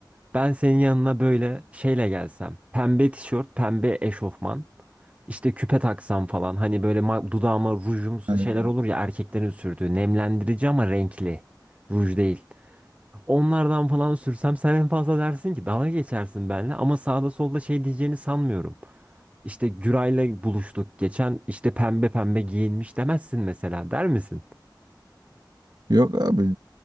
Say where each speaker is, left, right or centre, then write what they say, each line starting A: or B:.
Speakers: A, on the right (about 15°); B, on the right (about 60°).
A: Ben senin yanına böyle şeyle gelsem. Pembe tişört, pembe eşofman. İşte küpe taksam falan. Hani böyle ma- dudağıma rujumsu
B: Evet.
A: şeyler olur ya erkeklerin sürdüğü. Nemlendirici ama renkli. Ruj değil. Onlardan falan sürsem sen en fazla dersin ki dalga geçersin benimle. Ama sağda solda şey diyeceğini sanmıyorum. İşte Güray'la buluştuk geçen işte pembe pembe giyinmiş demezsin mesela der misin?
B: Yok abi